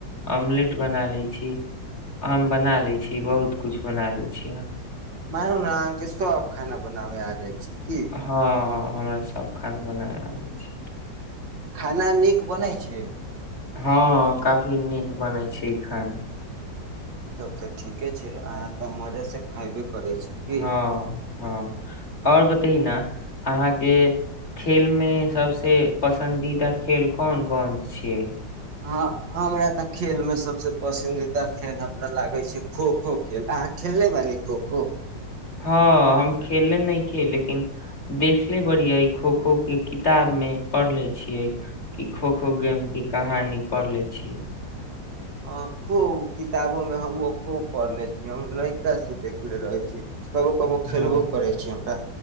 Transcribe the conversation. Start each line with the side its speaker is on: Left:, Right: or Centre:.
Left: अमलेट बना लै छी हम बना लै छी बहुत कूछ बना लै छी
Right: मानु ने अहाँ के सब खाना बनाबे आब जाइ छै की
Left: हँ हमरा सब खाना बनाय आबै छै
Right: खाना नीक बनै छै
Left: हँ काफी नीक बनै छै ई खाना
Right: तब तऽ ठीके छै अहाँ तऽ मजा से खयबे करै छी की
Left: हँ हँ आओर बतय न अहाँके खेलमे सभसे पसन्दीदा खेल कोन कोन छियै
Right: हँ हमरा तऽ खेलमे सभसँ पसन्दीदा खेल हमरा लागै छै खोखो खेल अहाँ खेलनेे बानी खोखो
Left: हँ हम खेले नहि खे लेकिन देखले बड़िय खोखो के किताब मे पढ़ले छियै की खो खो गेम की कहानी पढले छी
Right: ह खूब किताबो मे हमो खूब पढ़ले छियै हम लैका से देखले रहय छी कबो कबो खेलबो
Left: हँ
Right: करै छी हमरा